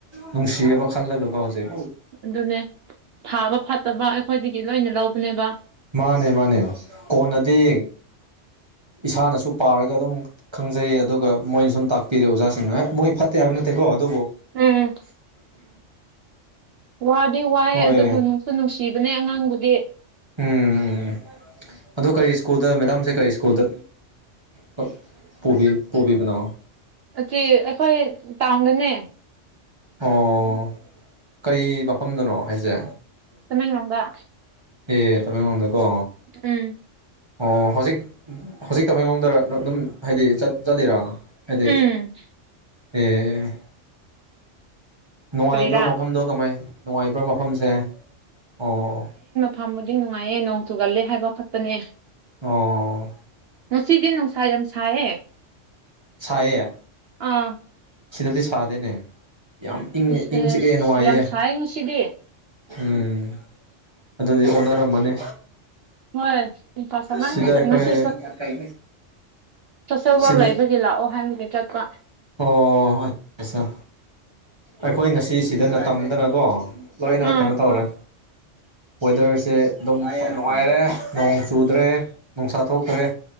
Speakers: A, on the right; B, on the right.
A: ꯅꯨꯡꯁꯤꯌꯦꯕ ꯈꯜꯂꯒꯀꯣ ꯍꯧꯖꯤꯛ
B: ꯑꯗꯨꯅꯦ ꯊꯥꯕ ꯐꯠꯇꯕ ꯑꯩꯈꯣꯏꯗꯒꯤ ꯂꯣꯏꯅ ꯂꯧꯕꯅꯦꯕ
A: ꯃꯥꯅꯦ ꯃꯥꯅꯦ ꯀꯣꯟꯅꯗꯤ ꯏꯁꯥꯅꯁꯨ ꯄꯥꯔꯒ ꯑꯗꯨꯝ ꯈꯪꯖꯩ ꯑꯗꯨꯒ ꯃꯣꯏꯅ ꯁꯨꯝ ꯇꯥꯛꯄꯤꯔꯦ ꯑꯣꯖꯥꯁꯤꯡꯅ ꯃꯣꯏ ꯐꯠꯇꯦ ꯍꯥꯏꯕ ꯅꯠꯇꯦꯀꯣ ꯑꯗꯨꯕꯨ
B: ꯎꯝ ꯋꯥꯗꯤ ꯋꯥꯏꯑꯦ
A: ꯍꯣꯏ
B: ꯑꯗꯨꯕꯨ ꯅꯨꯡ ꯗꯨ ꯅꯨꯡꯁꯤꯕꯅꯦ ꯑꯉꯥꯡꯕꯨꯗꯤ
A: ꯎꯝ ꯑꯗꯣ ꯀꯔꯤ ꯁ꯭ꯀꯨꯜꯗ ꯃꯦꯗꯥꯝꯁꯦ ꯀꯔꯤ ꯁ꯭ꯀꯨꯜꯗ ꯀꯞ ꯄꯨꯕꯤ ꯄꯨꯕꯤꯕ ꯅꯣ
B: ꯑꯀꯤ ꯑꯩꯈꯣꯏ ꯇꯥꯎꯟꯗꯅꯦ
A: ꯑꯣ ꯀꯩ ꯃꯐꯝꯗꯅꯣ ꯍꯥꯏꯖꯦ
B: ꯇꯃꯦꯡꯂꯣꯡꯗ
A: ꯑꯦ ꯇꯃꯦꯡꯂꯣꯡꯗꯀꯣ
B: ꯎꯝ
A: ꯑꯣ ꯍꯧꯖꯤꯛ ꯍꯧꯖꯤꯛ ꯇꯃꯦꯡꯂꯣꯡꯗꯔ ꯑꯗꯨꯝ ꯍꯥꯏꯗꯤ ꯆꯠꯂꯤꯔꯥ ꯍꯥꯏꯗꯤ
B: ꯎꯝ
A: ꯑꯦ ꯅꯨꯡꯉꯥꯏꯕ꯭ꯔꯥ
B: ꯀꯔꯤꯔꯥ
A: ꯃꯐꯝꯗꯣ ꯀꯃꯥꯏ ꯅꯨꯡꯉꯥꯏꯕ꯭ꯔꯥ ꯃꯐꯝꯁꯦ ꯑꯣ
B: ꯐꯝꯕꯗꯤ ꯅꯨꯡꯉꯥꯏꯌꯦ ꯅꯣꯡ ꯆꯨꯒꯜꯂꯦ ꯍꯥꯏꯕ ꯈꯛꯇꯅꯦ
A: ꯑꯣ
B: ꯉꯁꯤꯗꯤ ꯅꯨꯡꯁꯥ ꯌꯥꯝ ꯁꯥꯏꯌꯦ
A: ꯁꯥꯏꯌꯦ
B: ꯑꯥ
A: ꯁꯤꯗꯗꯤ ꯁꯥꯗꯦꯅꯦ ꯌꯥꯝ ꯏꯪꯉꯦ
B: ꯑꯁ
A: ꯏꯪ ꯆꯤꯛꯑꯦ ꯅꯨꯡꯉꯥꯏꯌꯦ
B: ꯌꯥꯝ ꯁꯥꯏ ꯉꯁꯤꯗꯤ
A: ꯎꯝ ꯑꯗꯨꯗꯤ ꯑꯣꯟꯅꯔꯝꯃꯅꯤ
B: ꯍꯣꯏ ꯅꯨꯡꯁꯥ ꯁꯥꯃꯟ
A: ꯁꯤꯗ ꯑꯩꯈꯣꯏ
B: ꯉꯁꯤ ꯊꯥꯕꯛ
A: ꯁꯤꯗ
B: ꯂꯩꯕꯒꯤ ꯂꯥꯛꯑꯣ ꯍꯥꯏꯕꯒꯤ ꯆꯠꯄ
A: ꯑꯣ ꯑꯥꯁꯥ ꯑꯩꯈꯣꯏ ꯉꯁꯤ ꯁꯤꯗꯅ ꯇꯝꯗꯅꯀꯣ ꯂꯣꯏꯅ
B: ꯎꯝ
A: ꯀꯩꯅꯣ ꯇꯧꯔꯦ ꯋꯦꯗꯔꯁꯦ ꯑꯗꯨꯝ ꯅꯨꯡꯉꯥꯏꯔꯦ ꯅꯣꯡ ꯆꯨꯗ꯭ꯔꯦ ꯅꯨꯡꯁꯥ ꯊꯣꯛꯇ꯭ꯔꯦ